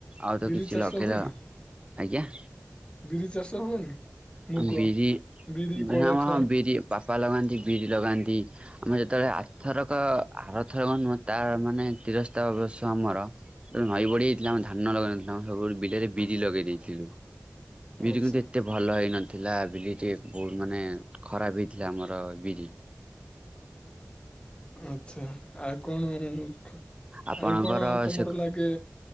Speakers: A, on the right; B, on the left.
A: ଆଉ
B: ବିରି
A: ତ କିଛି
B: ଚାଷ
A: ଲଗେଇଲା
B: ହୁଏନି
A: ଆଜ୍ଞା?
B: ବିରି ଚାଷ ହୁଏନି? ମୁଗ
A: ଆ ବିରି
B: ବିରି
A: ହଁ
B: କୋଳଥ
A: ହଁ ବିରି ବାପା ଲଗାନ୍ତି ବିରି ଲଗାନ୍ତି। ଆମେ ଯେତେବେଳେ ଆରଥରକ ଆରଥରକ ନୁହଁ ତାର ମାନେ ତିରସ୍ତା ଅବଶ୍ୟ ଆମର ନଈ ବଢି ହେଇଥିଲା ଆମ ଧାନ ଲଗେଇ ନଥିଲୁ ଆ ସବୁ ବିଲରେ ବିରି ଲଗେଇ ଦେଇଥିଲୁ। ବିରି
B: ଆଚ୍ଛା
A: କିନ୍ତୁ ଏତେ ଭଲ ହେଇନଥିଲା ବିିଲି ଟିକେ ବହୁତ ମାନେ ଖରାପ ହେଇଥିଲା ଆମର ବିରି।
B: ଆଚ୍ଛା ଆଉ କଣ ଉଁ ଖ
A: ଆପଣଙ୍କର
B: ଆଉ କଣ ତମର
A: ସେ
B: ଲାଗେ?